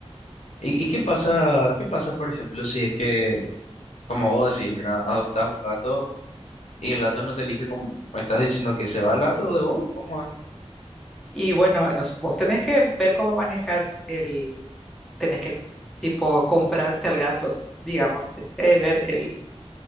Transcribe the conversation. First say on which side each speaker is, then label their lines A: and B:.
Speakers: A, on the left; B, in the centre.
A: y- y qué pasa, qué pasa, por ejemplo, si es que, como vos decís, ¿verdad? Adoptás un gato. Y el gato no te elige como... ¿Me estás diciendo que se va el gato de vos? ¿Cómo es?
B: Y bueno, nos- vos tenés que ver cómo manejar el, tenés que tipo comprarte al gato, digamos, tenés que ver el